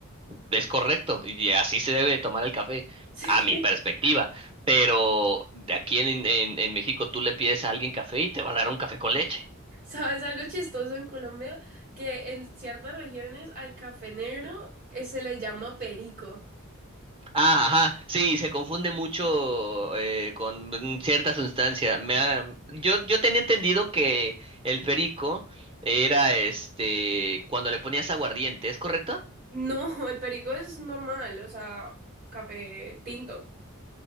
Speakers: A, on the right; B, on the right.
A: Es correcto, y así se debe de tomar el café,
B: Sí.
A: a mi perspectiva. Pero de aquí en, en, en México tú le pides a alguien café y te va a dar un café con leche.
B: ¿Sabes algo chistoso en Colombia? Que en ciertas regiones al café negro eh, se le llama perico.
A: Ah, ajá, sí, se confunde mucho eh, con cierta sustancia. Me ha- yo, yo tenía entendido que el perico era este cuando le ponías aguardiente, ¿es correcto?
B: No, <laughs> el perico es normal, o sea, café tinto.